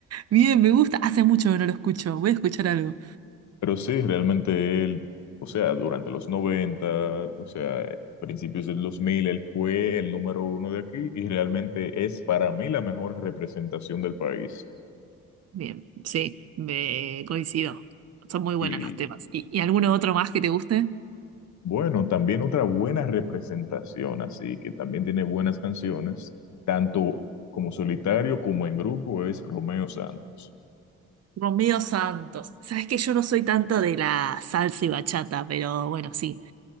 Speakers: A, on the right (about 55°); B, on the left (about 65°).
A: Bien, me gusta. Hace mucho que no lo escucho, voy a escuchar algo.
B: Pero sí, realmente él, o sea, durante los 90, o sea, principios del 2000, él fue el número uno de aquí y realmente es para mí la mejor representación del país.
A: Bien, sí, me coincido. Son muy buenos
B: Y
A: los temas. ¿Y, y alguno otro más que te guste?
B: bueno, también otra buena representación, así que también tiene buenas canciones, tanto como solitario como en grupo, es Romeo Santos.
A: Romeo Santos. Sabes que yo no soy tanto de la salsa y bachata, pero bueno, sí.